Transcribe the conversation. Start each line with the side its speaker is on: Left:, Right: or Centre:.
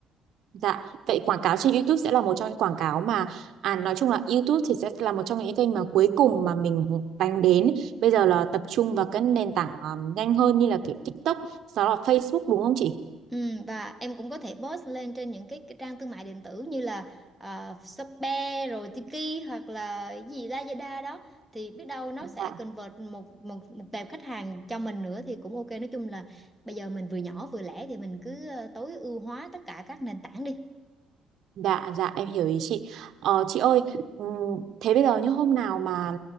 Right: Dạ, vậy quảng cáo trên YouTube sẽ là một trong những quảng cáo mà à nói chung là YouTube thì sẽ là một trong những kênh mà cuối cùng mà mình đánh đến. Bây giờ là tập trung vào các nền tảng ờ, nhanh hơn như là kiểu TikTok, sau đó là Facebook đúng không chị?
Centre: Ừ, và em cũng có thể post lên trên những cái, cái trang thương mại điện tử như là ờ, Shopee rồi Tiki hoặc là cái gì Lazada đó thì biết đâu nó
Right: Dạ.
Centre: sẽ convert một một một tệp khách hàng cho mình nữa thì cũng ok nói chung là bây giờ mình vừa nhỏ vừa lẻ thì mình cứ ờ, tối ưu hóa tất cả các nền tảng đi
Right: Dạ, dạ em hiểu ý chị. Ờ, chị ơi, ừm, thế bây giờ như hôm nào mà